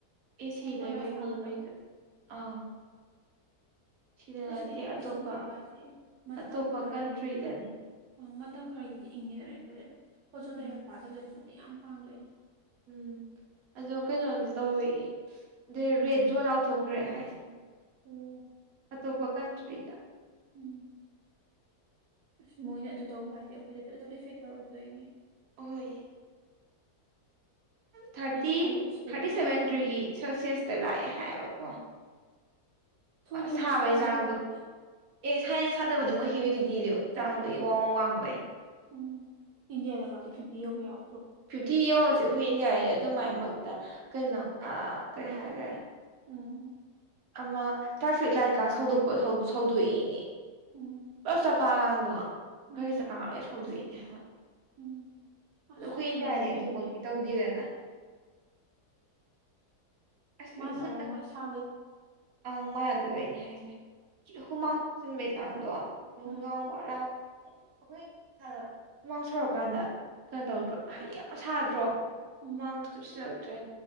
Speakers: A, on the right; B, on the right.
A: ꯑꯦ ꯁꯤ
B: ꯑꯣ ꯀꯣꯏꯂꯥꯁ
A: ꯂꯩꯕꯩ
B: ꯊꯥꯕꯗꯣ
A: ꯃꯤꯉꯩꯗ ꯑꯥ ꯁꯤꯗ
B: ꯑꯁꯤ
A: ꯅꯠꯇꯦ
B: ꯑꯦꯁꯤ
A: ꯑꯇꯣꯞꯄ
B: ꯇꯦꯕꯥꯁꯦ ꯃꯇꯝ
A: ꯑꯇꯣꯞꯄ
B: ꯈꯔꯒꯤꯕꯨꯗꯤ
A: ꯀꯟꯇ꯭ꯔꯤꯗꯅꯦ
B: ꯎ ꯃꯇꯝ ꯈꯔꯒꯤꯕꯨꯗꯤ ꯏꯪꯉꯤꯗꯅ ꯑꯩꯈꯣꯏꯗ ꯑꯗꯨ ꯄꯣꯠꯁꯣ
A: ꯎꯝ
B: ꯂꯩꯔ ꯄꯥꯗꯕꯗꯗꯤ ꯃꯇꯦꯡ ꯌꯥꯝ ꯄꯥꯡꯗꯣꯏꯅꯦ
A: ꯎꯝ ꯑꯗꯣ ꯀꯩꯅꯣꯗꯣ ꯇꯧꯋ ꯑꯗꯩ ꯔꯦꯠ ꯖꯣꯟ ꯂꯥꯎꯊꯣꯛꯈ꯭ꯔꯦ ꯍꯥꯏꯁꯦꯅꯦ
B: ꯎꯝ
A: ꯇꯕꯀꯥꯟ ꯇ꯭ꯔꯤꯗ
B: ꯎꯝ ꯑꯁ ꯃꯣꯏꯅ ꯑꯗꯨ ꯇꯧꯕ ꯍꯥꯏꯁꯦ ꯑꯩꯈꯣꯏꯗꯁꯨ ꯑꯗꯨꯝ ꯏꯐꯦꯛ ꯇꯧꯔꯛꯇꯣꯏꯅꯦ
A: ꯍꯍꯣꯏ ꯊꯥꯔꯇꯤ
B: ꯑꯗꯨꯏ ꯍꯥꯏꯔꯗꯤ ꯑꯁꯤꯗꯗꯤ
A: ꯊꯥꯔꯇꯤ
B: ꯐꯅꯌꯥꯝ
A: ꯁꯚꯦꯟ ꯗꯤꯔꯤ ꯁꯦꯜꯁꯤꯌꯁꯇ ꯂꯥꯛꯑꯦ ꯍꯥꯏꯌꯦꯕꯀꯣ
B: ꯊꯣꯏꯅꯕꯨ
A: ꯁꯥꯕꯩ
B: ꯁꯥꯗꯦꯗ
A: ꯆꯥꯡꯗꯣ
B: ꯑꯗꯨꯗꯤ
A: ꯑꯦ ꯁꯥꯏꯅ ꯁꯥꯥꯟꯗꯅꯕꯗꯨ ꯃꯣꯏ ꯍꯤꯌꯨꯃꯤꯗꯤꯇꯤꯗꯨ ꯆꯥꯡꯗꯣ ꯋꯥꯡ ꯋꯥꯡꯕꯩ
B: ꯎꯝ ꯏꯟꯗꯤꯌꯥꯗ ꯃꯥꯇꯤ ꯐꯤꯐꯇꯤ ꯌꯧꯕ ꯌꯥꯎ
A: ꯐꯤꯐꯇꯤ ꯌꯌꯥꯔꯁꯦ ꯑꯩꯈꯣꯏ ꯏꯟꯗꯤꯌꯥꯅꯤ ꯑꯗꯨꯃꯥꯏꯅꯃꯛꯇ ꯀꯩꯅꯣ ꯀꯔꯤ ꯍꯥꯏꯈ꯭ꯔꯦ
B: ꯎꯝ
A: ꯑꯃ ꯇ꯭ꯔꯥꯐꯤꯛ ꯂꯥꯏꯠꯀ ꯁꯧꯗꯣꯛꯄ ꯁꯧꯗꯣꯛꯏꯅꯦ
B: ꯎꯝ
A: ꯆꯀꯥꯀꯥꯟꯗꯣ
B: ꯎꯝ
A: ꯒꯥꯔꯤ ꯆꯀꯥ ꯂꯣꯏ ꯁꯧꯗꯣꯛꯏꯅꯦ ꯍꯥꯏꯕ ꯑ
B: ꯎꯝ ꯑꯁ
A: ꯑꯩꯈꯣꯏ
B: ꯁꯥꯊꯤꯔꯝꯅꯤꯍꯦ
A: ꯏꯟꯗꯤꯌꯥꯗꯤ ꯑꯗꯨꯃꯛꯇꯤ
B: ꯑꯗꯨꯗꯤ
A: ꯇꯧꯗꯦꯗꯅ ꯑꯁ
B: ꯃꯅꯔ
A: ꯑꯗꯨ
B: ꯃꯣꯏ ꯁ
A: ꯑꯪ ꯃꯥꯟꯅꯗꯕꯩꯅꯦ ꯍꯥꯏꯁꯦ ꯍꯨꯃꯥꯡ ꯆꯨꯞꯁꯤꯟꯕꯩ ꯆꯥꯡꯗꯣ ꯏ
B: ꯎꯝ
A: ꯉ ꯋꯥꯂ ꯑꯩꯈꯣꯏ ꯏꯁꯥꯗ ꯍꯃꯥꯡ ꯁꯨꯔꯛꯀꯥꯟꯗ ꯀꯩꯅꯣ ꯇꯧꯗ꯭ꯔꯣ ꯍꯥꯏꯗꯤ ꯌꯥꯝ ꯁꯥꯗ꯭ꯔꯣ
B: ꯎꯝ
A: ꯋꯥꯥꯡ ꯆꯨꯞꯁꯤꯜꯂꯛꯇ꯭ꯔꯦ